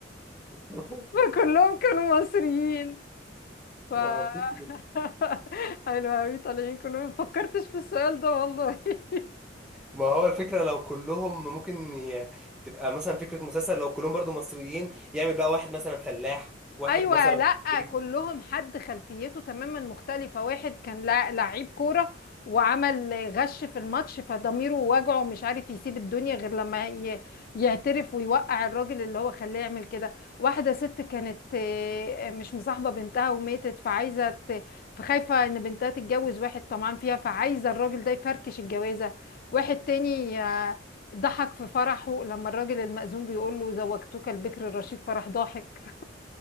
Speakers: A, in the centre; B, on the left (about 50°).
A: <laughs>
B: فكلهم كانوا مصريين ف
A: ما فيش
B: <laughs> حلو أوي طالعين كلهم مفكرتش في السؤال ده والله <laughs>
A: ما هو الفكره لو كلهم ممكن ي... تبقى مثلا فكره مسلسل لو كلهم برضو مصريين يعمل بقى واحد مثلا فلاح واحد
B: ايوه
A: مثلا
B: لا
A: صعيدي.
B: كلهم حد خلفيته تماما مختلفه واحد كان لا- لعيب كوره وعمل غش في الماتش فضميره وجعه مش عارف يسيب الدنيا غير لما ي- يعترف ويوقع الراجل اللي هو خلاه يعمل كده واحده ست كانت آه، مش مصاحبه بنتها وماتت فعايزه ت- فخايفه ان بنتها تتجوز واحد طمعان فيها فعايزه الراجل ده يفركش الجوازه واحد تاني آه، ضحك في فرحه لما الراجل المأذون بيقول له زوجتك البكر الرشيد فرح ضاحك